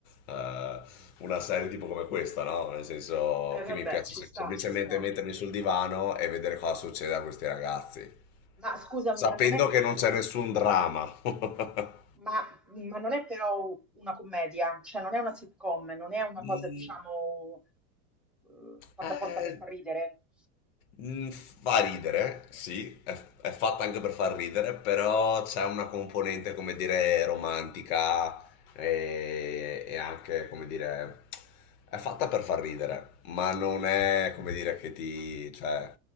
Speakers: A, on the left; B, in the centre.
A: eh, una serie tipo come questa, no? Nel senso
B: Eh, vabbè,
A: che mi piace
B: ci
A: sem-
B: sta,
A: semplicemente
B: ci sta.
A: mettermi sul divano e vedere cosa succede a questi ragazzi,
B: Ma scusami,
A: sapendo
B: ma non è
A: che
B: quindi,
A: non c'è nessun dramma. <laughs>
B: Mm. ma, ma non è però una commedia, cioè non è una sitcom, non è una
A: Mm,
B: cosa, diciamo, eh, fatta
A: eh,
B: apposta per far ridere.
A: Mm, Fa ridere, sì, è, è fatta anche per far ridere, però c'è una componente, come dire, romantica e, e anche, come dire, è fatta per far ridere, ma non è, come dire, che ti, cioè,